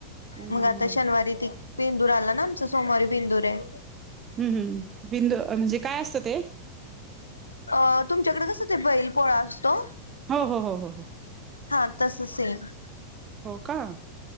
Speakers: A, on the right (about 25°); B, on the left (about 80°).
A: हम्म
B: मग आता शनिवारी ती बेंदूर आला ना, आमचा सोमवारी बेंदूर आहे.
A: हम् हम् बिंदू, म्हणजे काय असतं ते?
B: अ तुमच्याकडे कसं ते बैल पोळा असतो.
A: हो हो हो हो.
B: हा तस सेम.
A: हो का?